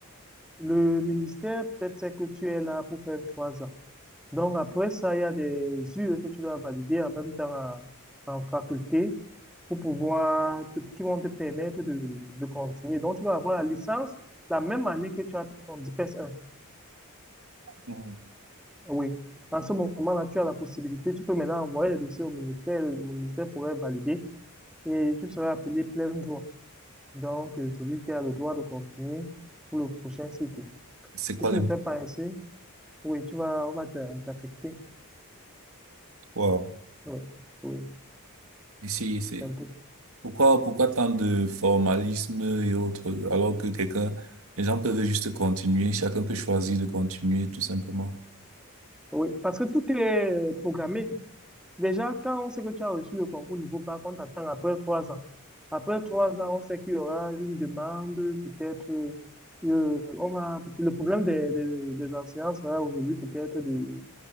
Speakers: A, in the centre; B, on the right.
A: le ministère, peut-être c'est que tu es là pour faire trois ans. Donc après ça, il y a des UE que tu dois valider en même temps à- en faculté pour pouvoir, te- qui vont te permettre de, de continuer. Donc tu dois avoir la licence la même année que tu as ton DPS 1.
B: Mm.
A: Oui. En ce moment-là, tu as la possibilité, tu peux maintenant envoyer le dossier au ministère, le ministère pourrait valider et tu seras appelé plein droit. Donc euh, celui qui a le droit de continuer pour le prochain cycle.
B: C'est quoi
A: Si tu
B: l'imp...
A: ne fais pas ainsi, oui, tu vas, on va t'a- t'affecter.
B: Wow.
A: Oui, oui,
B: Ici, c'est...
A: c'est un peu.
B: Pourquoi, pourquoi tant de formalisme et autres, alors que quelqu'un, les gens peuvent juste continuer, chacun peut choisir de continuer, tout simplement.
A: Oui, parce que tout est programmé. Déjà, quand on sait que tu as reçu le concours niveau bac, on t'attend après trois ans. Après trois ans, on sait qu'il y aura une demande, peut-être, euh, euh, on va, le problème des, des, des enseignants sera aujourd'hui peut-être de,